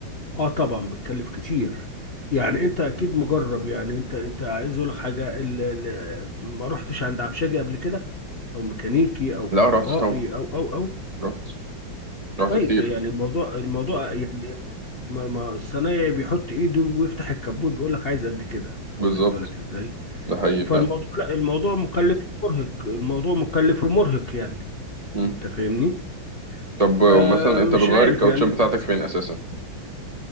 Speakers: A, on the left (about 40°); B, on the right (about 20°).
A: اه طبعا بتكلف كتير يعني انت اكيد مجرب يعني انت انت عايز اقول لك حاجه ال- ال- ما رحتش عند عفشاجي قبل كده او ميكانيكي او
B: لا
A: كهربائي
B: رحت طبعا
A: او او او
B: رحت رحت
A: طيب
B: كتير
A: يعني الموضوع الموضوع يعني ما ما الصنايعي بيحط ايده ويفتح الكبوت بيقول لك عايز قد كده
B: بالظبط
A: واخد بالك ازاي
B: ده حقيقي
A: فالموضوع
B: فعلا
A: لا الموضوع مكلف ومرهق الموضوع مكلف ومرهق يعني
B: مم.
A: انت فاهمني
B: طب آه،
A: فمش
B: مثلا انت بتغير
A: عارف
B: الكاوتشات
A: يعني
B: بتاعتك
A: انت
B: فين اساسا